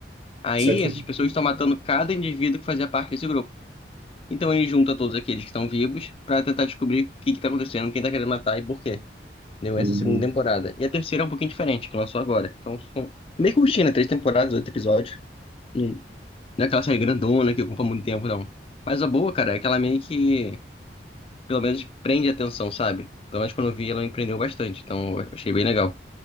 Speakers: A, on the left (about 30°); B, on the right (about 40°).
A: Aí
B: Isso aqui.
A: essas pessoas estão matando cada indivíduo que fazia parte desse grupo. Então ele junta todos aqueles que estão vivos para tentar descobrir o que que tá acontecendo, quem tá querendo matar e por quê. Deu
B: Uhum.
A: essa é segunda temporada. E a terceira é um pouquinho diferente, que lançou agora. Então são meio curtinha, né? três temporadas, oito episódios. Não é aquela série grandona que ocupa muito tempo, não. Mas a boa, cara, é que ela meio que pelo menos prende atenção, sabe? Pelo menos quando eu vi, ela me prendeu bastante, então eu achei bem legal.